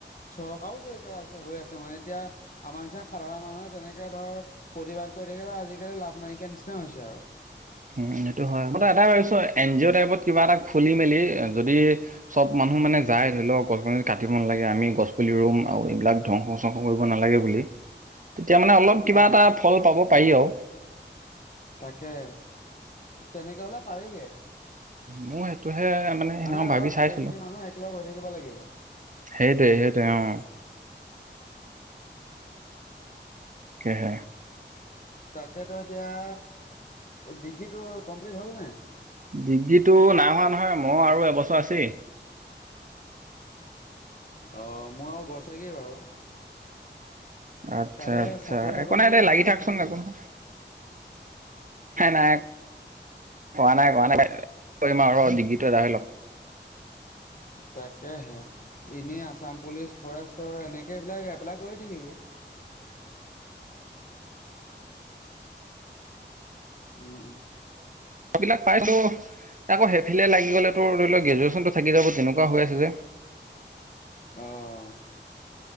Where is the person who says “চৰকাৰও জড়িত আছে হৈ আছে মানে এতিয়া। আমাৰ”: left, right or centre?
Left